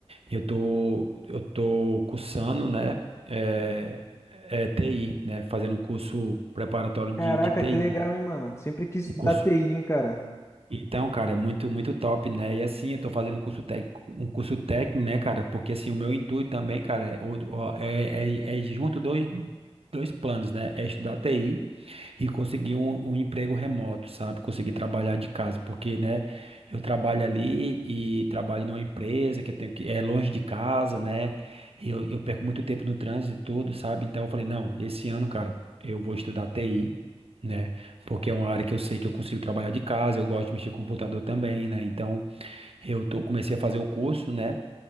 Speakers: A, on the right; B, on the left.
A: eu tô eu tô cursando, né, eh, eh, TI, né, fazendo um curso preparatório
B: Caraca,
A: de, de TI,
B: que legal,
A: né?
B: hein, mano? Sempre quis
A: Um
B: estudar
A: curso.
B: TI, hein, cara.
A: Então, cara, é muito, muito top, né? E assim, eu tô fazendo um curso técnico, um curso técnico, né, cara? Porque assim, o meu intuito também, cara, é, outro- ó, é, é, é junto dois, dois planos, né? É estudar TI, e consegui um, um emprego remoto, sabe? Consegui trabalhar de casa, porque, né, eu trabalho ali e trabalho numa empresa que eu tenho que é longe de casa, né? E eu, eu perco muito tempo no trânsito e tudo, sabe? Então eu falei, não, esse ano, cara, eu vou estudar TI. Né? Porque é uma área que eu sei que eu consigo trabalhar de casa, eu gosto de mexer com computador também, né? Então, eu tô, comecei a fazer o curso, né?